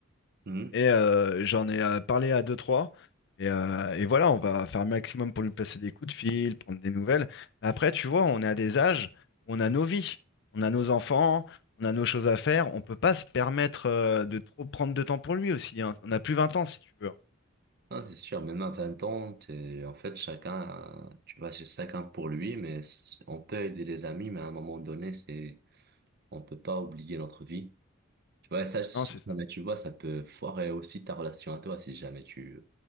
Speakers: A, on the right (about 50°); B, on the left (about 55°).
A: Hmm.
B: Et euh, j'en ai euh, parlé à deux, trois. Et, euh, et voilà, on va faire un maximum pour lui passer des coups de fil, prendre des nouvelles. Mais après, tu vois, on est à des âges où on a nos vies, on a nos enfants, on a nos choses à faire. On peut pas se permettre euh, de trop prendre de temps pour lui aussi. hein. On a plus 20 ans, si tu veux. hein.
A: ah c'est sûr, même à 20 ans, t'es- en fait, chacun, tu vas chez chacun pour lui, mais c- on peut aider les amis, mais à un moment donné, c'est, on peut pas oublier notre vie. Tu vois, et ça, si
B: Non, c'est ça.
A: jamais tu vois, ça peut foirer aussi ta relation à toi, si jamais tu,